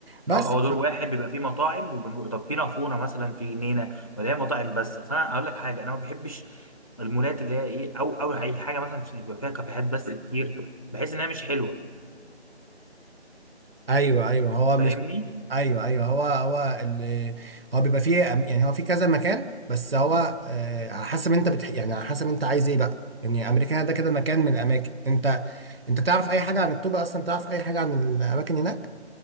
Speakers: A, on the right (about 60°); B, on the left (about 30°).
A: بس
B: اه هو دور واحد بيبقى فيه مطاعم وبنروح طب في نافوره مثلا في جنينه ولا هي مطاعم بس اصل انا اقول لك حاجه انا ما بحبش المولات اللي هي ايه او او اي حاجه مثلا بيبقى فيها كافيهات بس كتير بحس انها مش حلوه
A: ايوه ايوه هو مش
B: فاهمني
A: ايوه ايوه هو هو ال... هو بيبقى فيه أم- يعني هو في كذا مكان بس هو آه على حسب انت بتح... يعني على حسب انت عايز ايه بقى يعني امريكانا ده كده مكان من الاماكن انت انت تعرف اي حاجه عن الطوبه اصلا تعرف اي حاجه عن الاماكن هناك